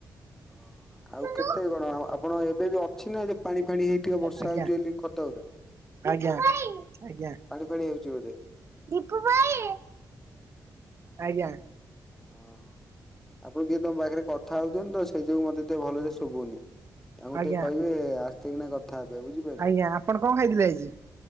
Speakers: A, in the centre; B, on the right.
A: ହଁ ଆଉ
B: ଆଜ୍ଞା
A: କେତେ କଣ ଆ ଆପଣ ଏବେ ବି ଅଛି ନା ଯେ ପାଣି ଫାଣି ହେଇଥିବ ବର୍ଷା
B: ଆଜ୍ଞା
A: ହଉଛି ବୋଲି ଖତ ଉରା।
B: ଆଜ୍ଞା ଆଜ୍ଞା।
A: ପାଣି ଫାଣି ହେଉଛି ବଧେ?
B: ଦୀପୁ ଭାଇ ଆଜ୍ଞା।
A: ହଁ। ଆପଣ କିଏ ତମ ପାଖରେ କଥା ହଉଛନ୍ତି ତ ସେଇ ଯୋଗୁ ମତେ ଟିକେ ଭଲରେ ଶୁଭୁନି। ତାଙ୍କୁ
B: ଆଜ୍ଞା
A: ଟିକେ କହିବେ ଆସ୍ତେ କିିନା କଥା ହେବେ ବୁଝିପା
B: ଆଜ୍ଞା ଆପଣ କଣ ଖାଇଥିଲେ ଆଜି?